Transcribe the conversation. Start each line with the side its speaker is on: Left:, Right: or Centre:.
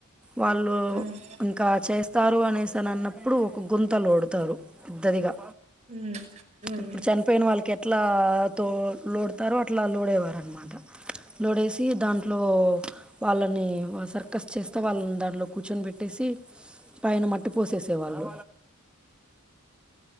Centre: వాళ్ళు
Right: ఉమ్
Centre: ఇంకా చేస్త వస్తారు అనేసిని అన్నప్పుడు ఒక గుంతలోడుతారు పెద్దదిగా
Right: ఉమ్ ఉమ్
Centre: ఇప్పుడు చనిపోయిన వాళ్ళకి ఎట్లా అట్లా తో లోడతారు అట్లా లోడేవారు అనమాట లోడేసి దాంట్లో వాళ్ళని సర్కస్ చేస్తా వాళ్ళని దాంట్లో కూర్చొని పెట్టేసి పైన మట్టి పోసేసే వాళ్ళు